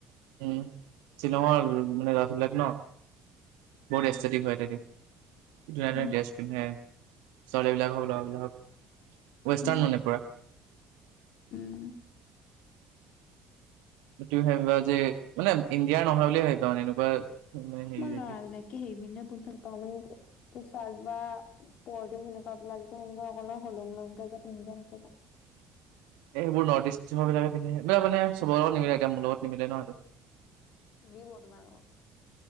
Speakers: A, on the right (about 65°); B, on the left (about 50°).
A: উম শ্বিলঙৰ মানে ৰাছবিলাক ন' বহুত
B: উম
A: এষ্টেটিক হয় তাতে। ধুনীয়া ধুনীয়া
B: উম
A: ড্ৰেছ পিন্ধে। ছোৱালী বিলাক হওক লৰাবিলাক হওক। ৱেষ্টাৰ্ণ
B: উম
A: মানে পুৰা।
B: উম
A: তুমি ভাবিবা যে মানে ইণ্ডিয়াৰ নহয় বুলিয়ে ভাবিবা এনেকুৱা মানে হেৰি
B: মই ল'ৰা
A: হেতি
B: বিলাকে সেই পিন্ধলে বহুত ভাল পাওঁ। <inaudible> ছাৰ্ট বা ইছপৰ্তিং সেনেকুৱা বিলাক যে <unintelligible> হলম লমকে যে পিন্ধে থাকে। <unintelligible>
A: এইবোৰ নৰ্থ ইষ্টৰ বিলাকে পিন্ধে। <unintelligible> মানে চবৰে লগত নিমিলে এতিয়া মোৰ লগত নিমিলে ন' সেটো।
B: দিব তোমাক আকৌ।